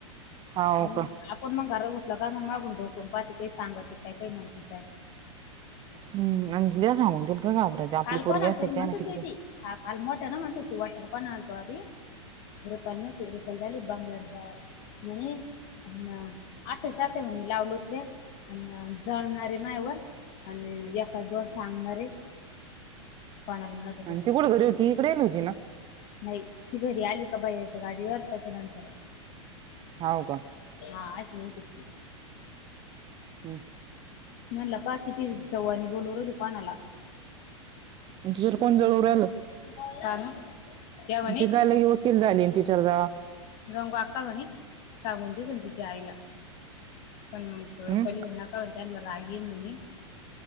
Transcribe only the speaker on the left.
आणि
आपण मग घरात बसलो का मग मागून डोकूण पाहते काही सांगते काय काही म्हणते काय.
काल कोणाला
तरी म्हणतात
बाई ती हा काल मोठ्यान म्हणत हुती, वटर पणलतो आधी. रुपाली नव्हती रुपाली झाली बंगल्यावर जेवायला म्हणे अन् अशेच जाते म्हणे लावलं तरी अन् जळणारे मायावर आणि एकाच दोन सांगणारे <unintelligible>
नाही ती घरी आली का भैय्याच्या गाडीवर त्याच्यानंतर.
हा अशी म्हणत हुती.
म्हणलं पाकी ती शव आणि बोलू राहिली कानाला.
का न या म्हणे
गंगु आक्का म्हणे सांगून दिल ना तिच्या आईला पण मग
रूपाली हे ना. तर त्यानला राग येन म्हणे